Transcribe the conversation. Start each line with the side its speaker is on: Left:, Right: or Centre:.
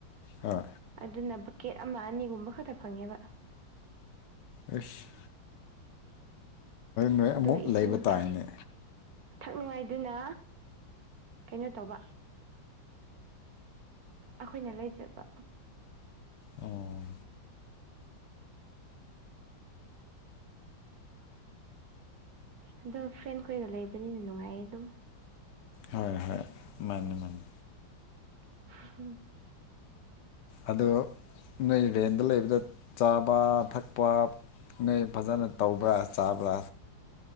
Left: ꯍꯣꯏ
Right: ꯑꯗꯨꯅ ꯕꯛꯀꯦꯠ ꯑꯃ ꯑꯅꯤꯒꯨꯝꯕ ꯈꯛꯇ ꯐꯪꯉꯦꯕ꯫
Left: ꯑꯦꯁ꯫ ꯅꯣꯏ
Right: ꯑꯗꯨꯒ
Left: ꯑꯃꯨꯛ
Right: ꯏꯁꯤꯡ
Left: ꯂꯩꯕ ꯇꯥꯏꯅꯦ
Right: ꯊꯛ ꯊꯛꯅꯤꯉꯥꯏꯗꯨꯅ꯫ ꯀꯩꯅꯣ ꯇꯧꯕ ꯑꯩꯈꯣꯏꯅ ꯂꯩꯖꯕ꯫
Left: ꯑꯣ
Right: ꯍꯟꯗꯥꯛ ꯐ꯭ꯔꯦꯟꯈꯣꯏꯒ ꯂꯩꯕꯅꯤꯅ ꯅꯨꯡꯉꯥꯏꯌꯦ ꯑꯗꯨꯝ꯫
Left: ꯍꯣꯏ ꯍꯣꯏ ꯃꯥꯅꯤ ꯃꯥꯅꯤ꯫
Right: <unintelligible>
Left: ꯑꯗꯣ ꯅꯣꯏ ꯔꯦꯟꯗ ꯂꯩꯕꯗꯣ ꯆꯥꯕ ꯊꯛꯄ ꯅꯣꯏ ꯐꯖꯅ ꯇꯧꯕ꯭ꯔꯥ ꯆꯥꯕ꯭ꯔꯥ꯫